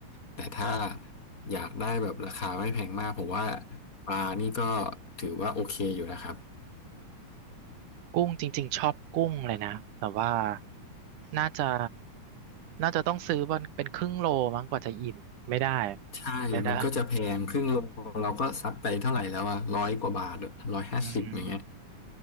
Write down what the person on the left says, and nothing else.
แต่ถ้าอยากได้แบบราคาไม่แพงมากผมว่าปลานี่ก็ถือว่าโอเคอยู่นะครับ
ใช่มันก็จะแพงครึ่งโลเราก็ซัดไปเท่าไหร่แล้วอะร้อยกว่าบาทร้อยห้าสิบอย่างเงี้ย